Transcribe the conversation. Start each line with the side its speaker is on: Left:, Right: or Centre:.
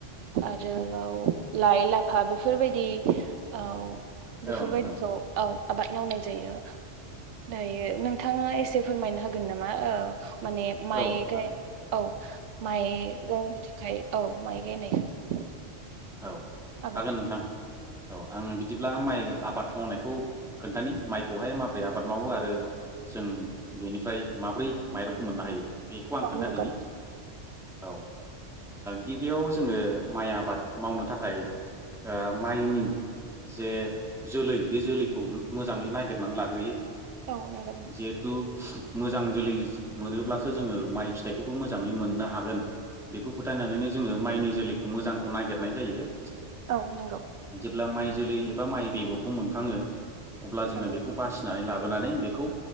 Right: आरोबाव लाइ लाफा बेफोरबायदि औ बेफोरबायदिखौ
Centre: औ नोंथां
Right: औ आबाद मावनाय जायो दायो नोंथाङा एसे फोरमायनो होगोन नामा औ माने माइ
Centre: औ हागोन
Right: औ माइ गोमोननि थाखाय औ माइ गायनायखौ
Centre: औ
Right: आबाद
Centre: हागोन नोंथां औ आङो बिदिब्ला माइ आबाद मावनायखौ खोनथानि माइखौहाय माबोरै आबाद मावो आरो जों बेनिफ्राय माब्रै माइरंखौ मोननो हायो बेखौ आं खोन्था
Right: नंगौ
Centre: दिनि औ गिबियाव जोङो माइ आबाद मावनो थाखाय माइनि जे जोलै बे जोलैखौ मोजाङै नागिरनानै लाग्रोयो
Right: औ नंगौ नोंथां औ नंगौ नोंथां
Centre: जिहेतु मोजां जोलै मोनोब्लासो जोङो माइ फिथाइखौबो मोजाङै मोननो हागोन बेखौ फोथायनानैनो जोङो माइनि जोलैखौ मोजांखौ नागिरनाय जायो
Right: औ नंगौ
Centre: अब्ला माइ जोलै एबा माइ बेगरखौ मोनखाङो अब्ला जोङो
Right: नंगौ
Centre: बेखौ बासिनानै लाबोनानै बेखौ